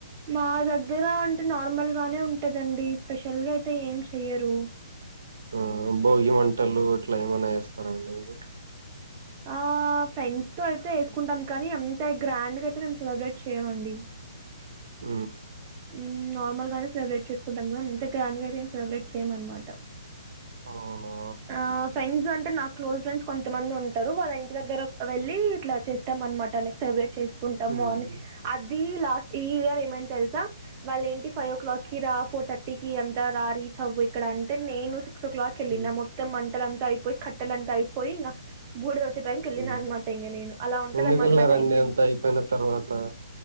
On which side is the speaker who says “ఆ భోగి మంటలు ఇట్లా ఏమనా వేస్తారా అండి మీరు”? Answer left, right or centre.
Right